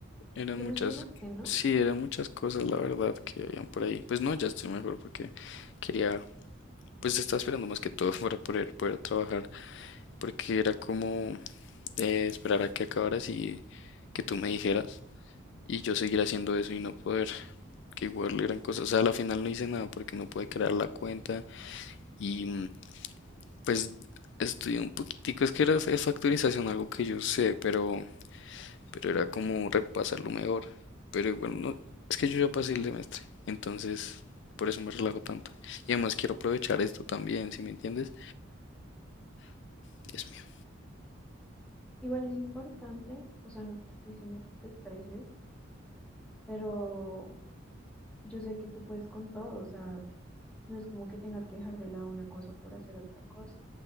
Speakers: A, on the left; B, in the centre.
A: eran
B: solucionaste,
A: muchas,
B: ¿no?
A: sí, eran muchas cosas, la verdad, que habían por ahí. Pues no, ya estoy mejor porque quería, pues estaba esperando más que todo <laughs> para poder, poder trabajar, porque era como eh, esperar a que acabaras y que tú me dijeras, y yo seguir haciendo eso y no poder, que igual eran cosas, o sea, a la final no hice nada porque no pude crear la cuenta. Y mm, Pues estudié un poquitico, es que era de factorización algo que yo sé, pero, pero era como repasarlo mejor. Pero igual no, es que yo ya pasé el semestre, entonces por eso me relajo tanto. Y además quiero aprovechar esto también, si me entiendes? Dios mío.
B: Igual es importante, o sea, no te estoy diciendo que te estreses, pero yo sé que tú puedes con todo, o sea, no es como que tengas que dejar de lado una cosa por hacer otra cosa.